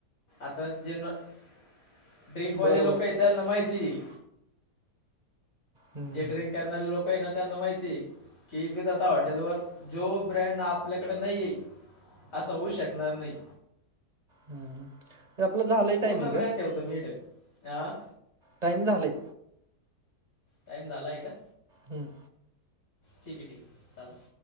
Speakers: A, on the left (about 55°); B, on the right (about 25°).
A: आता जे ड्रिंकवाले
B: बरोबर
A: लोक आहे त्यांना माहितीये.
B: हम्म
A: जे ड्रिंक करणारे लोक आहे ना त्यांना माहितीय. येऊ देतेत आता हॉटेल वर जो ब्रँड आपल्याकडे नाही आहे. असं होऊ शकणार नाही.
B: हम्म. हे आपलं झालंय टायमिंग
A: पूर्ण ब्रँड ठेवतो मी रिटेल हा.
B: टाईम झालंय.
A: टाइम झालाय का?
B: हम्म.
A: ठीक आहे ठीक चालतंय.